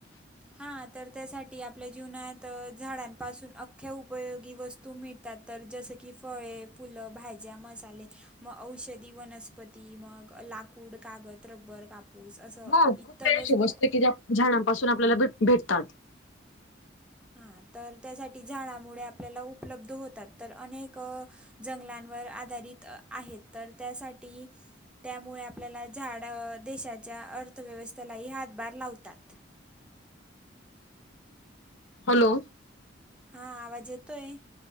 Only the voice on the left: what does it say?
हो खूप
काही अशी
की ज्या झाडांपासून आपल्याला भे भेटतात.
हॅलो!